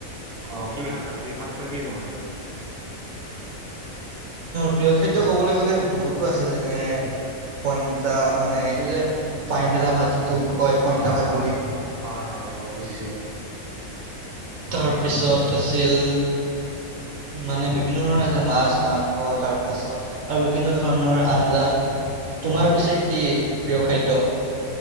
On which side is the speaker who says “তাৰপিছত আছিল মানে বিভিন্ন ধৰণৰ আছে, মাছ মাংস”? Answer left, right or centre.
Right